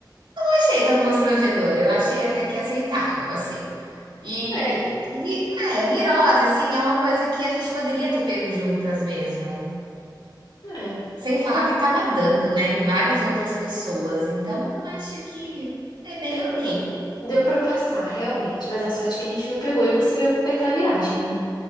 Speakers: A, on the right; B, on the left.
A: achei tão constrangedor, eu achei até que aceitável, assim. E,
B: É,
A: e, é, virose, assim, é uma coisa que a gente poderia ter pego juntas mesmo.
B: é.
A: Sem falar
B: Não,
A: que estava dando, né, em várias outras pessoas. Então, acho que é bem
B: deu pra,
A: ok.
B: deu pra passar, realmente. Mas a sorte é que a gente não pegou e conseguiu aproveitar a viagem, né?